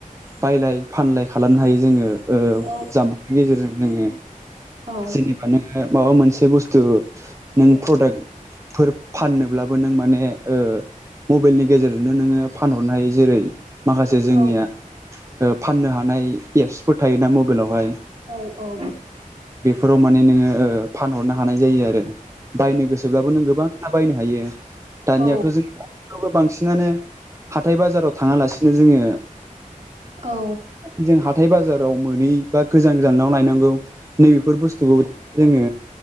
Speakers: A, on the right; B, on the right.
A: बायलाय फानलाय खालामनो हायो जोङो। ओ
B: औ
A: जामबुंनि गेजेरजों जोङो
B: औ
A: जेनेबा माबा मोनसे बे बुस्थु नों प्रडाक्फोर फाननोब्लाबो नों माने ओ मबाइलनि गेजेरजोंनो नोङो फानहरनो हायो जेरै माखासे जोंनिया
B: औ
A: फाननो हानाय एप्सफोर थायोना मबाइलावहाय
B: औ औ
A: बेफोराव माने नोङो फानहरनो हानाय जायो आरो बायनो गोसोब्लाबो नों गोबांथा बायनो हायो। दानियाथ
B: औ
A: जोंबो बांसिनानो हाथाय बाजाराव थाङालासिनो जोङो
B: औ
A: जों हाथाय बाजाराव मोनै बा गोजान गोजानाव लनायनांगौ नैबेफोर बुस्थुखौ जोङो